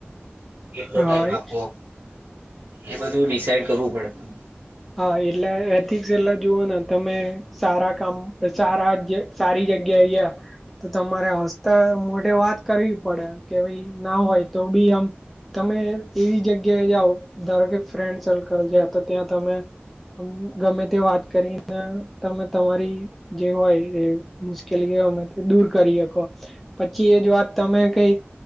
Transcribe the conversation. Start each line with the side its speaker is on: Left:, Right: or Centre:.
Right: કેટલો
Centre: હા
Right: ટાઈમ આપો એ બધું ડિસાઈડ કરવું પડે
Centre: હા એટલે એથિક્સ એટલે જુઓ ને તમે સારા કામ સારા જે સારી જગ્યા એયા તો તમારે હસતા મોઢે વાત કરવી પડે કે ભાઈ ના હોય તો બી આમ તમે એવી જગ્યાએ જાઓ ધારો કે ફ્રેન્ડ સર્કલ છે તો ત્યાં તમે આમ ગમે તે વાત કરીને તમે તમારી જે હોય એ મુશ્કેલી અમે દૂર કરી હકો. પછી એ જ વાત તમે કઈ